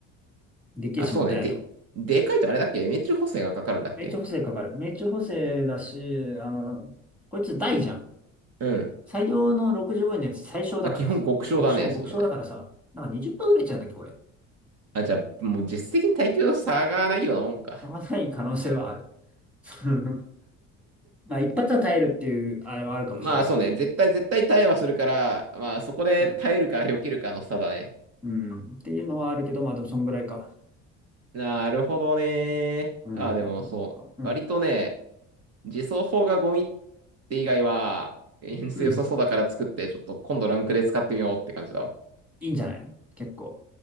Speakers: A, in the centre; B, on the right.
A: でけえし、
B: あ、そうね。
A: もったいないと思う。
B: で、でかいとあれだっけ命中補正がかかるんだっけ
A: 命中補正かかる。命中補正だし、あの、こいつ大じゃん。
B: うん。
A: 最良の65円のやつ最小だからさ。
B: まあ、基本極小だね。
A: 極小、
B: そうだね。
A: 極小だからさ。なんか20%ぐらいいっちゃうんだっけ、これ。
B: あ、じゃあ、もう実質的に耐久差がないようなもんか。
A: その際に可能性はある。<laughs> まあ、一発は耐えるっていう、あれはあるかもしれない。
B: まあ、そうね。絶対、絶対耐えはするから、まあ、そこで耐えるか避けるかの差だね。
A: うん。うんっていうのはあるけど、まあ、でもそんぐらいか。
B: なるほどね。
A: うん。
B: あ、でもそう。
A: うん。
B: 割とね、自走砲がゴミって以外は、演出良
A: うん。
B: <laughs> さそうだから作って、ちょっと今度ランクで使ってみようって感じだわ。
A: いいんじゃない結構。